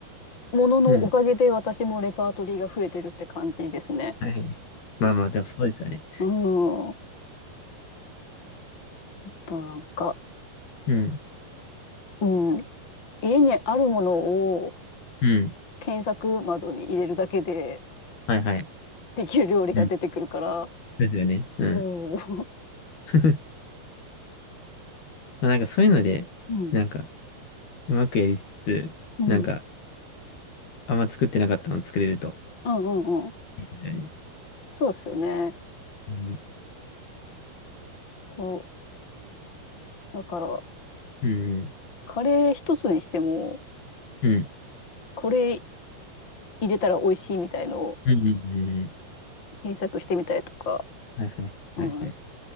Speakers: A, on the left; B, on the left.
A: もののおかげで私もレパートリーが増えてるって感じですね。
B: うん。はい。まあまあ、
A: ね
B: でもそうですよね。
A: うん。あとなんか、
B: うん。
A: うん。家にあるものを
B: うん。
A: 検索窓に入れるだけで
B: はいはい。
A: できる料理が出てくるから、
B: うん。ですよね。うん。
A: そう。<laughs>
B: <laughs> まあなんかそういうので、
A: うん。
B: なんか、うまくやりつつ、
A: うん。
B: なんか、あんま作ってなかったの作れると
A: うんうんうん。
B: いいですよね。
A: そうですよね。
B: うん。
A: とだから、
B: うん。
A: カレー一つにしても、
B: うん。
A: これ入れたら美味しいみたいのを
B: うん。うん。うんうん
A: 検索してみたりとか、
B: はいはい。
A: うん
B: はいはい。